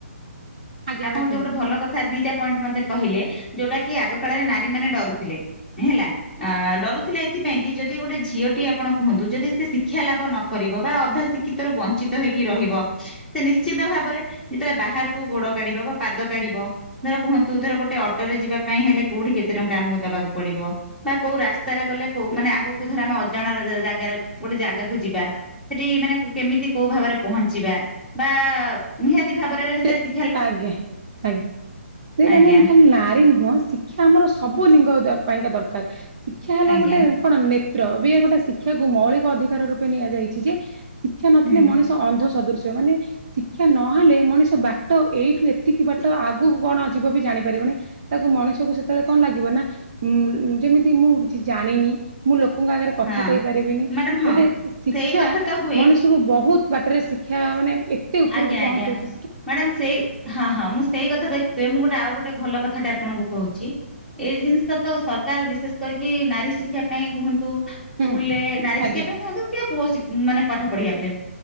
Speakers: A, on the right; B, in the centre.
A: ଆଜ୍ଞା
B: ଆପଣଙ୍କର
A: ମ୍ୟାଡ଼ାମ କୁହନ୍ତୁ
B: ଯୋଉ ଗୋଟେ ଭଲ କଥା ଦିଟା ପଏଣ୍ଟ ମତେ କହିଲେ ଯୋଉଟା କି ଆଗ କାଳରେ ନାରୀ ମାନେ ଡରୁଥିଲେ। ହେଲା। ଆ ଡରୁଥିଲେ ଏଥିପାଇଁ କି ଯଦି ଗୋଟେ ଝିଅଟିଏ ଆପଣ କୁହନ୍ତୁ ଯଦି ସେ ଶିକ୍ଷା ଲାଭ ନ କରିବ ବା ଅଧା ଶି ଶିକ୍ଷିତରୁ ବଞ୍ଚିତ ହେଇକି ରହିବ ସେ ନିଶ୍ଚିିତ ଭାବରେ ଯେତେବେଳେ ବାହାରକୁ ଗୋଡ କାଢି କିବାବ ପାଦ କାଢିବ। ଧର କୁହନ୍ତୁ ଧର ଗୋଟେ ଅଟୋରେ ଯିବା ପାଇଁ ହେଲେ କୋଉଠି କେତେ ଟଙ୍କା ଆମକୁ ଦବାକୁ ପଡିବ। ବା କୋଉ ରାସ୍ତାରେ ଗଲେ କୋଉ ମାନେ ଆଗକୁ ଧର ଆମେ ଅଜାଣାର ଜାଗାରେ ଗୋଟେ ଜାଗାକୁ ଯିବା ସେଠି ମାନେ କେମିତି କୋଉ ଭାବରେ ପହଞ୍ଚିବା ବା ନିହାତି ଭାବରେ ସେଟା
A: ସେ
B: ଶି
A: ଆଜ୍ଞା ଆଜ୍ଞା ସେଇଟା
B: ଆଜ୍ଞା
A: ମ୍ୟାମ୍ ଖାଲି ନାରୀ ନୁହଁ ଶିକ୍ଷା ଆମର ସବୁ ଲିଙ୍ଗ ପାଇଁକା ଦରକାର ଶିକ୍ଷା ହେଲା
B: ଆଜ୍ଞା
A: ଗୋଟେ କଣ ନେତ୍ର ବି ଏ ଗୋଟେ ଶିକ୍ଷାକୁ ମୌଳିକ ଅଧିକାର ରୂପେ ନିଆଯାଇଛି ଯେ ଶିକ୍ଷା ନଥିଲେ
B: ହୁଁ
A: ମଣିଷ ତ ଅନ୍ଧ ସଦୃଶ ମାନେ ଶିକ୍ଷା ନହେଲେ ମଣିଷ ତ ବାଟ ଏଇଠୁ ଏତିକି ବାଟ ଆଗକୁ କଣ ଯିବ ବି ଜାଣିପାରିବନି। ତାକୁ ମଣିଷକୁ ସେତେବେଳେ କଣ ଲାଗିବ ନା ଯେମିତି ମୁଁ କିଛି ଜାଣିନି। ମୁଁ ଲୋକଙ୍କ ଆଗରେ କଥା
B: ହଁ
A: କହିପାରିବିନି
B: ମ୍ୟାଡାମ ହଁ
A: ଗୋଟେ ଶିକ୍ଷା
B: ସେଇ କଥା ତ ହୁଏ
A: ମଣିଷ ବହୁତ ବାଟରେ ଶିକ୍ଷା ମାନେ ଏତେ ଉପରକୁ
B: ଆଜ୍ଞା
A: ପହଞ୍ଚାଉଛି
B: ଆଜ୍ଞା ମ୍ୟାଡାମ ସେଇ ହଁ ହଁ ମୁଁ ସେଇ କଥା ଦେଖିଥିବେ ମୁଁ ଗୋଟେ ଆଉ ଗୋଟେ ଭଲ କଥାଟେ ଆପଣଙ୍କୁ କହୁଛି। ଏଇ ଜିନିଷ ତ ସରକାର ବିଶେଷ କରିକି ନାରୀ ଶିକ୍ଷା ପାଇଁ କୁହନ୍ତୁ ସ୍କୁଲ
A: ହୁଁ
B: ରେ ନାରୀ
A: ଆଜ୍ଞା।
B: ଶିକ୍ଷା ପାଇଁ ହୁଅନ୍ତୁ କି ପୁଅ ଶିକ୍ଷା ମାନେ ପାଠ ପଢିବା